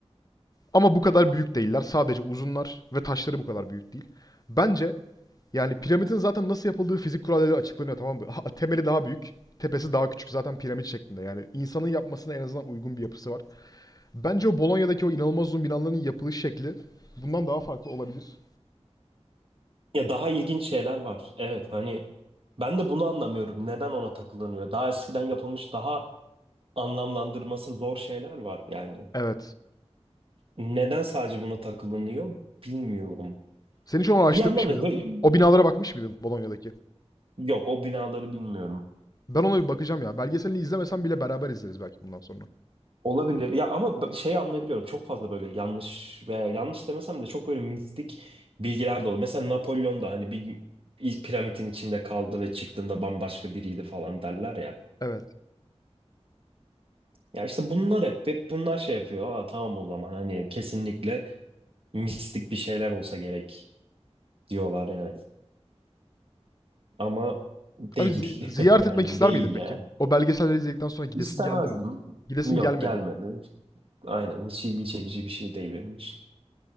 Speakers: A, on the left; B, on the right.
A: Ama bu kadar büyük değiller. Sadece uzunlar ve taşları bu kadar büyük değil. Bence yani piramidin zaten nasıl yapıldığı fizik kuralları açıklanıyor tamam mı? Temeli daha büyük, tepesi daha küçük. Zaten piramit şeklinde. Yani insanın yapmasına en azından uygun bir yapısı var. Bence o Bolonya'daki o inanılmaz uzun binaların yapılış şekli bundan daha farklı olabilir.
B: Ya daha ilginç şeyler var. Evet hani ben de bunu anlamıyorum. Neden ona takılanıyor? Daha eskiden yapılmış daha anlamlandırması zor şeyler var yani.
A: Evet.
B: Neden sadece buna takılanıyor bilmiyorum.
A: Sen hiç onu araştırmış
B: Bir yandan
A: mıydın?
B: da böyle-
A: O binalara bakmış mıydın Bolonya'daki?
B: yok o binaları bilmiyorum.
A: Ben ona bir bakacağım ya. Belgeselini izlemesem bile beraber izleriz belki bundan sonra.
B: Olabilir. Ya ama b- şey anlayabiliyorum. Çok fazla böyle yanlış veya yanlış demesem de çok böyle mistik bilgiler de oluyor. Mesela Napolyon da hani bir gün ilk piramidin içinde kaldı ve çıktığında bambaşka biriydi falan derler ya.
A: Evet.
B: Ya işte bunlar hep, hep bunlar şey yapıyor. Aa tamam o zaman hani kesinlikle mistik bir şeyler olsa gerek diyorlar yani. Ama değil.
A: Abi zi- ziyaret
B: <laughs> Yani
A: etmek ister
B: değil
A: miydin peki?
B: yani.
A: O belgeselleri izledikten sonra gidesin
B: İstemezdim.
A: geldi mi? Gidesin
B: Yok
A: gelmedi.
B: gelmedi. Aynen hiç ilgi çekici bir şey değil benim için.